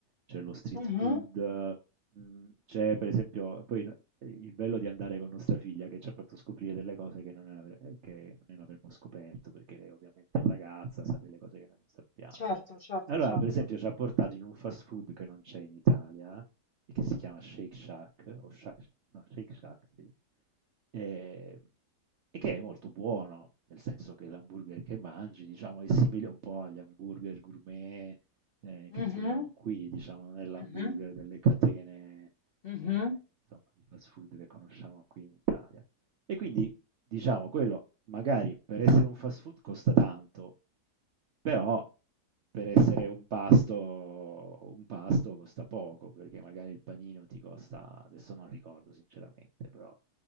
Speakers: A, on the right; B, on the left.
A: C'è lo street
B: mhm,
A: food, Mhmm, c'è per esempio poi n ehm, il bello di andare con nostra figlia che ci ha fatto scoprire delle cose che non ave ehm, che non avremmo scoperto, perché lei ovviamente è ragazza, sa delle cose che noi non sappiamo.
B: Certo, certo,
A: Allora,
B: certo.
A: per esempio, ci ha portato in un fast food che non c'è in Italia e che si chiama Shake Shack o Shack no, Shake Shack, sì, ehm, e che è molto buono, nel senso che l'hamburger che mangi, diciamo, è simile un po' agli hamburger gourmet, ehm, che
B: Mhm,
A: troviamo qui, diciamo, non è l'hamburger
B: mhm,
A: delle catene,
B: mhm.
A: ehm, insomma, di fast food che conosciamo qui in Italia. E quindi, diciamo, quello magari per essere un fast food costa tanto, però per essere un pasto un pasto costa poco, perché magari il panino ti costa, adesso non ricordo sinceramente, però